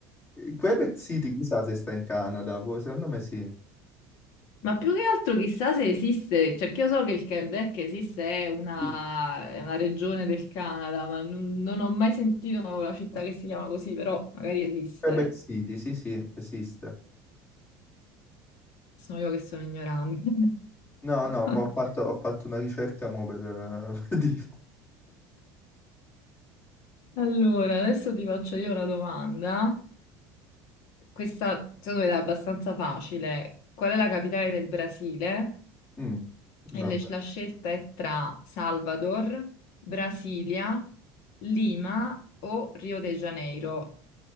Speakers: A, on the left (about 30°); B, on the left (about 70°).
A: Quebec City, chissà se sta in Canada, pure, secondo me sì.
B: Ma più che altro chissà se esiste, cioè che io so che il Quebec esiste, è una,
A: Sì.
B: è una regione del Canada, ma non, non ho mai sentito la città che si chiama così, però magari esiste.
A: Quebec City, sì, sì, esiste.
B: Sono io che sono ignorante.
A: No,
B: <laughs>
A: no, ma ho fatto, ho fatto una ricerca mo per, eh, <laughs> per dirti.
B: Allora, adesso ti faccio io una domanda. Questa secondo me è abbastanza facile. Qual è la capitale del Brasile?
A: Mm, vabbè.
B: E le- la scelta è tra Salvador, Brasilia, Lima o Rio de Janeiro.